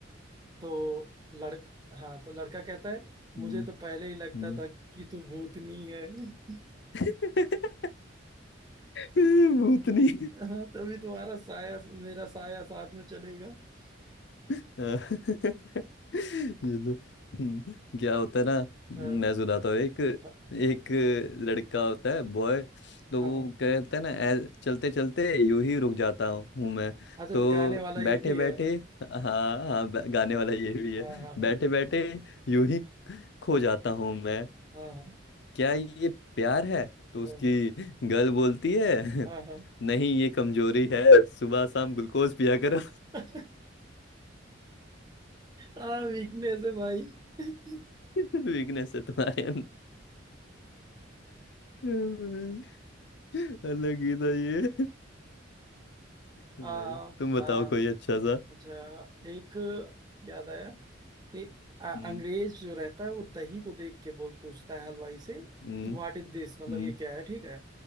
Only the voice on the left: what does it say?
हम्म,
हम्म,
<laughs> हम्म। भूतनी
हाँ, <laughs> ये तो हम्म, क्या होता है ना
मैं सुनाता हूँ एक
एक लड़का होता है बॉय तो
वो
कहता है ना ऐ- चलते चलते यूं ही रुक जाता हूँ हूँ मैं
तो
बैठे
बैठे
हाँ हाँ ब- गाने वाला ये भी है
बैठे बैठे यूं ही खो जाता हूँ मैं
क्या ये प्यार है तो
उसकी गर्ल बोलती है
नहीं ये कमजोरी है सुबह शाम ग्लूकोज पिया करो
<laughs> वीकनेस है तुम्हारे भाई अलग ही था ये भाई
तुम
बताओ कोई अच्छा सा
हम्म
हम्म
हम्म